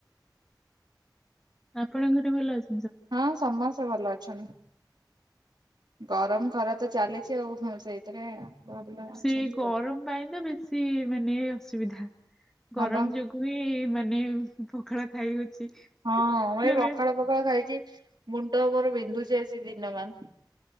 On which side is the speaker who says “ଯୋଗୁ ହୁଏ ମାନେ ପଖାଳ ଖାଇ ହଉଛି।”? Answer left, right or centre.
Centre